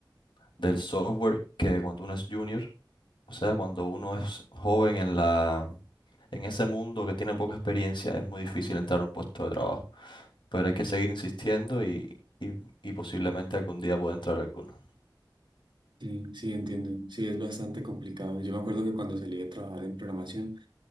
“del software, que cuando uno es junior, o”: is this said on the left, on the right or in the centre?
Left